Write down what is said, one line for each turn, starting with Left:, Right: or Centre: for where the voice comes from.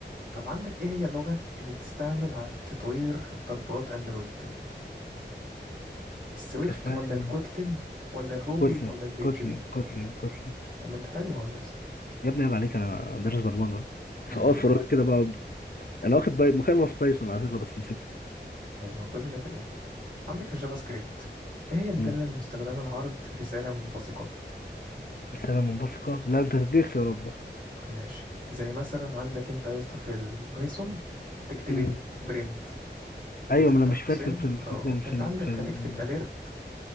Right: طب عندك ايه هي اللغة اللي بتستعمل على تطوير تطبيقات اندرويد السويفت
Left: كان اسمها
Right: ولا
Left: ايه
Right: الكوتلين ولا الروبي
Left: كوتلين
Right: ولا البي
Left: كوتلين
Right: اتش بي
Left: كوتلين كوتلين
Right: طب ما انت حلو اهو يا اسطى
Left: يا ابني عيب عليك انا دارس برمجه
Right: مم.
Left: فاقعد في فراغي كده بقعد انا واخد باي... مخلص بايثون على فكره بس نسيته
Right: ايوه كلنا كده عندك الجافا سكريبت ايه هي الدالة
Left: مم.
Right: المستخدمة لعرض رسالة منبثقة
Left: رساله منبثقه لا انت تديك اختيارات بقى
Right: ماشي زي مثلا عندك انت يا اسطى في البايثون تكتب
Left: مم.
Right: ايه برنت
Left: ايوه
Right: وتفتح
Left: ما انا مش
Right: قوسين
Left: فاكر في ال... في
Right: اه
Left: ال...
Right: فانت
Left: في ال...
Right: عندك
Left: في ال...
Right: هتكتب اليرت